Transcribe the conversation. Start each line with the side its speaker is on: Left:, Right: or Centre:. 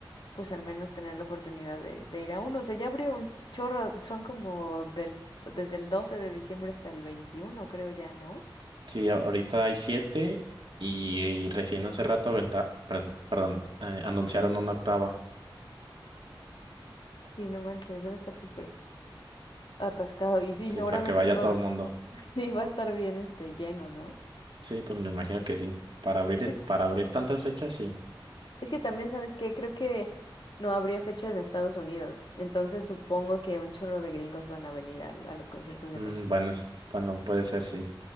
Left: pues al menos tener la oportunidad de, de ir a uno. O sea, ya abrió un chorro, son como del, desde el 12 de diciembre hasta el 21 creo ya, ¿no?
Right: Sí, a- ahorita hay siete y, y recién hace rato aventa- per- perdón, eh, anunciaron una octava,
Left: Sí, no manches, debe estar súper atascado. Y sí,
Right: sí,
Left: seguramente
Right: para que vaya
Left: todo
Right: todo el mundo.
Left: <laughs> sí va a estar bien este lleno, ¿no?
Right: Sí, pues me imagino que sí. Para abrir,
Left: Es,
Right: para abrir tantas fechas, sí.
Left: es que también, ¿sabes qué? Creo que no habría fecha en Estados Unidos. Entonces supongo que un chorro de gringos van a venir al- a, los conciertos
Right: Mm,
Left: de México,
Right: bueno, es- bueno, puede ser, sí.